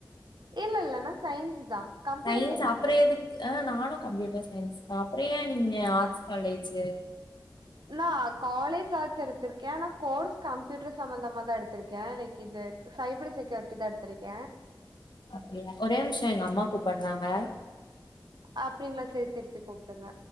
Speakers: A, on the right; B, on the left.
A: இல்ல இல்ல நா சயின்ஸ்சு தா கம்ப்யூட்டர்
B: சயின்ஸ்
A: சயின்ஸ்சு
B: அப்புற எதுக்கு ஆ நானு கம்ப்யூட்டர் சயின்ஸு தா அப்பொற ஏ நீங்க ஆர்ட்ஸ் காலேஜூ
A: நா காலேஜ் ஆர்ட்ஸ் எடுத்திருக்க ஆனா கோர்ஸ் கம்ப்யூட்டர் சம்மந்தமா தா எடுத்திருக்க லைக் இது சைபர் செக்யூரிட்டி தா எடுத்திருக்க
B: அப்டியா ஒரே நிம்ஷோ எங்க அம்மா கூப்பட்றாங்க
A: அப்டிங்களா செர் செர் செர் கூப்பிடுங்க